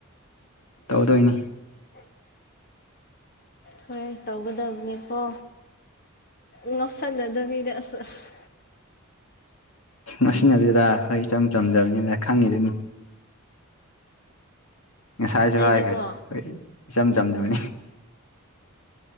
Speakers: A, on the left (about 75°); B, on the left (about 45°).
A: ꯇꯧꯗꯧꯏꯅ
B: ꯍꯣꯏ ꯇꯧꯒꯗꯕ ꯅꯤꯀꯣ ꯉꯧꯁꯟꯅꯗꯕꯤꯗ ꯑꯁ ꯑꯁ
A: ꯃꯁꯤꯅꯕꯤꯗ ꯑꯩꯈꯣꯏ ꯏꯆꯝ ꯆꯝꯖꯕꯅꯤꯅ ꯈꯪꯉꯤꯗꯅꯤ ꯉꯁꯥꯏꯁꯨ
B: ꯑꯩꯗꯤꯀꯣ
A: ꯍꯥꯏꯈ꯭ꯔꯦ ꯑꯩꯣꯏ ꯏꯆꯝ ꯆꯝꯗꯨꯕꯅꯤ